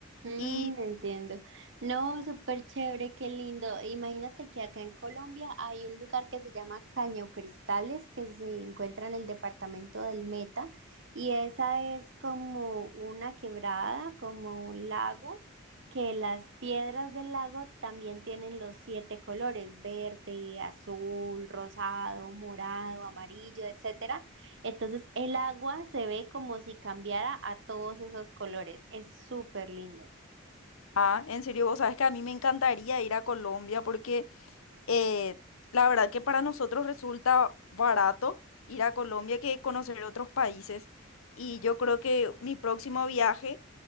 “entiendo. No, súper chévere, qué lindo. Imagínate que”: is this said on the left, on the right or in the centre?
Right